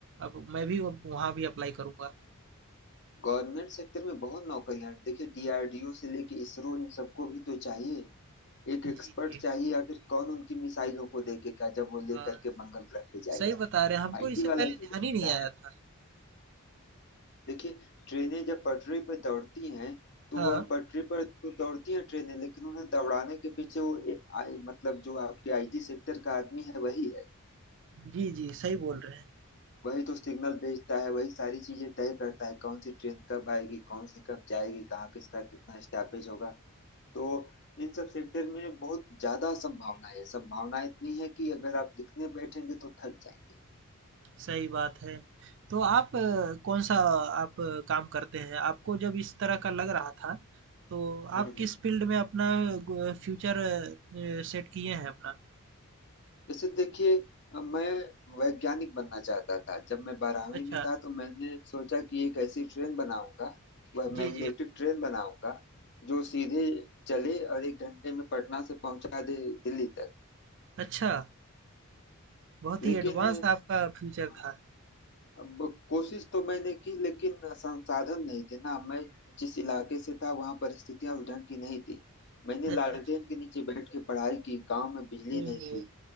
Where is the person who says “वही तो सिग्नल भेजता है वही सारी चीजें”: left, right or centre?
Left